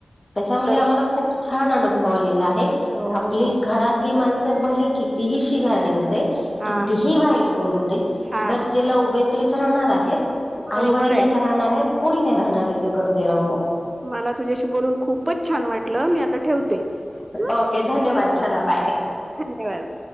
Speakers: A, on the left; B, on the right.
A: त्याच्यामुळे
B: तर
A: आम्हाला खूप छान अनुभव आलेला आहे.
B: हो
A: आपली
B: हो
A: घरातली माणसं भले कितीही शिव्या देऊ दे
B: हा
A: कितीही वाईट बोलू दे
B: हा
A: गरजेला उभे तेच राहणार आहेत आई
B: बरोबर
A: वडीलच
B: आहे
A: राहणार आहेत कोणी नाही राहणार आहेच्या गरजेला उभे.
B: मला तुझ्याशी बोलून खूपच छान वाटलं मी आता ठेवते. हं,
A: ओके धन्यवाद चला बाय
B: धन्यवाद